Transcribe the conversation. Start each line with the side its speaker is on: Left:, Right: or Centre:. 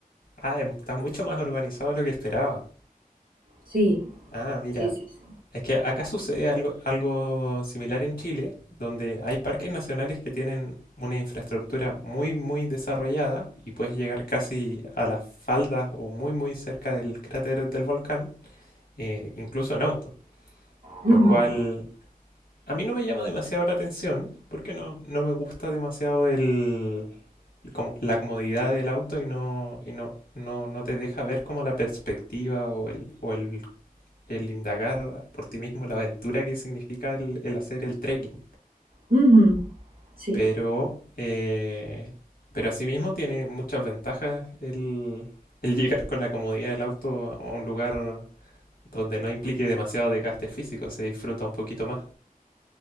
Left: Ah, em- está mucho más organizado de lo que esperaba.
Right: Sí,
Left: Ah, mira,
Right: sí, sí, sí.
Left: Es que acá sucede algo, algo similar en Chile, donde hay parques nacionales que tienen una infraestructura muy, muy desarrollada y puedes llegar casi a las faldas o muy, muy cerca del cráter del volcán, eh, incluso en auto,
Right: Uh
Left: lo
Right: -huh.
Left: cual a mí no me llama demasiado la atención porque no, no me gusta demasiado el, como la comodidad del auto y no, y no, no, no te deja ver como la perspectiva o el, o el el indagar por ti mismo la aventura que significa el, el hacer el trekking.
Right: Uh -huh. Sí.
Left: Pero, eh, pero asimismo tiene muchas ventajas el, el llegar con la comodidad del auto a un lugar donde no implique demasiado desgaste físico, se disfruta un poquito más.